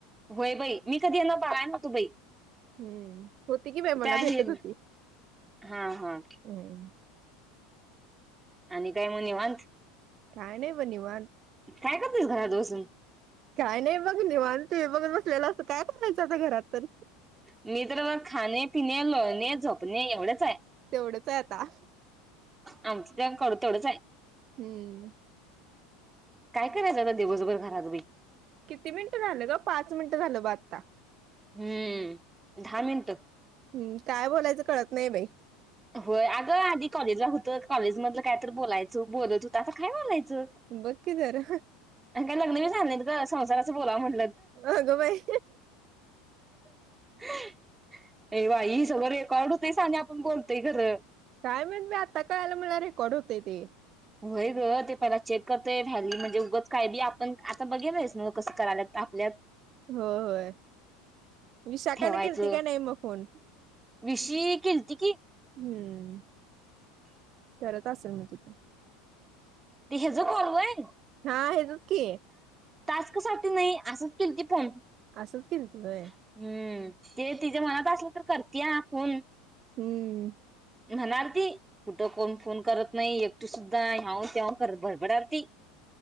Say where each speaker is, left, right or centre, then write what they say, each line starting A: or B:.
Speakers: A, on the right; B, on the right.
A: होय बाई मी कधी यांना बघाय नव्हतो बाई.
B: हम्म होती कि बाई मला
A: त्या हे
B: भेटत होती,
A: हा हा
B: हम्म
A: आणि काय म निवांत
B: काय नाही ब निवांत
A: काय करतेस घरात बसून
B: काय नाही बघ निवांत टिव्ही बघत बसलेलो असतोय काय करायचं आता घरात तर
A: मी तर बघ खाणे पिणे लोळणे झोपणे एवढेच हाय
B: तेवढंच आहे आता
A: आमचं <unintelligible> तेवढंचाय
B: हम्म
A: काय करायचं आता दिवसभर घरातबी
B: किती मिनिटं राहीलं ग पाच मिनिटं झालं ब आता.
A: हम्म दहा मिनट
B: हम्म काय बोलायचं कळत नाही बाई
A: होय अगं आधी कॉलेजला हुतो कॉलेज मधलं काय तर बोलायचो बोलत हुता आता काय बोलाय च
B: बघ की जरा
A: आण काय लग्नबी झालं नाय बघ जरा संसाराचं बोलावं म्हण
B: अगं बाई
A: <inaudible> ए वाय ही सगळं रेकॉर्ड होतय शाने आप कोण बोलतंय खरं
B: काय म्हणलं आता कळालं मला रेकॉर्ड होतंय ते.
A: होय ग ते पहिला चेक करतयं, व्हली म्हणजे उगच काय बी आपण आता बघेलच ना कसं कराल्यात आपल्यात
B: हो होय विशाखाने
A: ठेवायचं
B: केलती का नाही मग फोन
A: विशी किलती
B: हम्म तर असेल म तिथून
A: ते हेज फॉर्म होय
B: हां हेजच की
A: टास्कसाठी न्हई असंच केलती फोन
B: असंच केलती व्हय
A: हम्म ते तीज्या मनात असलं तर करत्या फोन
B: हम्म
A: म्हणार ती कुठं कोण फोन करत नाही एकटे सुद्धा ह्यांवत्यांव बडबडालती